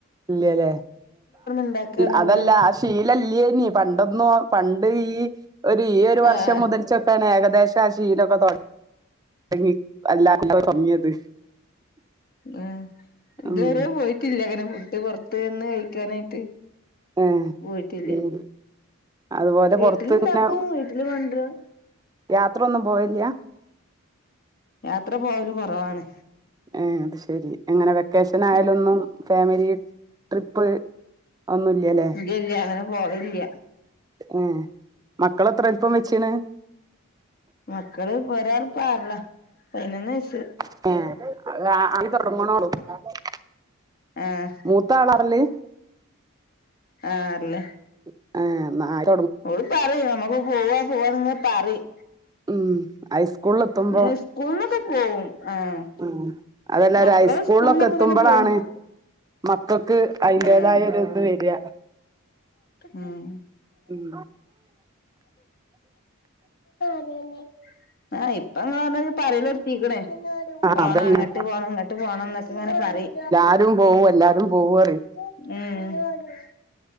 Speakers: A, on the right; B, on the left.
A: ഇല്ലല്ലേ
B: ഇണ്ടാക്കാന്നല്ലാതെ
A: അതല്ല. ശീലല്ലേനി പണ്ടൊന്നു പണ്ട് ഈ ഒരു ഈ ഒരു വർഷം
B: ആഹ്
A: മുതൽ. ലാണ് ഏകദേശം ആ ശീലൊക്കെ <unintelligible> അല്ലാരു കൂടി തൊടങ്ങിയത്
B: ആ ഇതുവരെ
A: ഉം
B: പോയിട്ടില്ല അങ്ങനെ ഫുഡ് പൊറത്ത് നിന്ന് കഴിക്കാനായിട്ട്.
A: ആഹ്
B: പോയിട്ടില്ല
A: <unintelligible> അതുപോലെ
B: വീട്ടിലുണ്ടാക്കും
A: പുറത്ത്നെ
B: വീട്ടില് കൊണ്ടരും
A: യാത്രൊന്നും പോവലില്ല.
B: യാത്ര പോവല് കൊറവാണ്.
A: ഏഹ് അത് ശെരി അങ്ങനെ വെക്കേഷൻ ആയാലൊന്നും
B: ഉം
A: ഫാമിലി ട്രിപ്പ്. അതൊന്നുല്ലല്ലേ.?
B: ഇല്ല്യ ഇല്ല്യ അങ്ങനെ പോവലില്ല.
A: ഏഹ് മക്കള് എത്ര വല്പം വെചീണ്.
B: മക്കള് ഒരാൾ ഇപ്പ ആറില പതിനൊന്ന് വയസ്.
A: എഹ് <unintelligible>
B: ആഹ്
A: മൂത്ത ആളാ ആറില്?
B: ആഹ് ആറില.
A: ആഹ് <unintelligible>
B: ഓൾ പറിം നമക്ക് പോവാ പോവാന്ന്ങ്ങെ പറിം.
A: ഉം ഹൈസ്കൂളിൽ എത്തുമ്പോ
B: ഏഹ് സ്കൂളിലൊക്കെ പോവും. ആഹ്
A: ഉം അതെല്ലാരും
B: മക്കള്
A: ഹൈസ്കൂളിലൊക്കെ
B: സ്കൂളിലൊക്കെ
A: എത്തുമ്പോഴാണ്
B: ഇങ്ങനെ പോകും.
A: മക്കൾക്ക് അതിന്റേതായ
B: ഉം
A: ഒരു ഇത് വരിക
B: ഉം
A: ഉം
B: <unintelligible> ആ ഇപ്പ ഇങ്ങ പറയലൊ ടുത്തിക്ക്ണ്
A: ആ
B: പോണ
A: അതന്നെ
B: അങ്ങട്ട് ഇട്ട് പോണം ഇങ്ങോട്ട് പോണന്നൊക്കെ ഇങ്ങനെ പ റിം
A: ആരും പോകും എല്ലാരും. ഓവറ്
B: ഉം <inaudible>